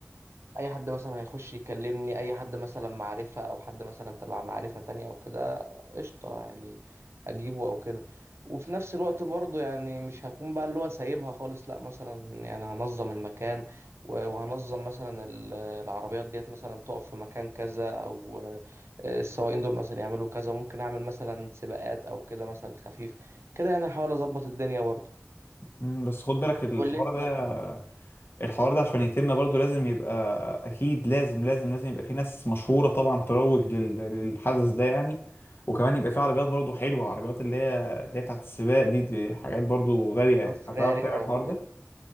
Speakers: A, on the right; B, on the left.
A: اي حد مثلا هيخش يكلمني اي حد مثلا معرفة او حد مثلا تبع معرفة تانية او كده قشطة يعني اجيبه او كده وفي نفس الوقت برضو يعني مش هكون بقى اللي هو سايبها خالص لا مثلا يعني هنظم المكان و- وهنظم مثلا ال- العربيات ديت مثلا تقف في مكان كذا او آه، السواقين دول مثلا يعملوا كذا ممكن اعمل مثلا سباقات او كده مثلا خفيف كده يعني هحاول اظبط الدنيا برضو
B: مم، بس خد بالك الحوار
A: قول لي انت
B: ده الحوار ده عشان يتم برضو لازم يبقى اكيد لازم لازم لازم يبقى في ناس مشهورة طبعا تروج لل- للحدث ده يعني وكمان يبقى في عربيات برضو حلوة عربيات اللي هي اللي هي بتاعت السباق دي, دي حاجات برضو غالية
A: فراري
B: هتعرف تعمل
A: او
B: الحوار
A: كده
B: ده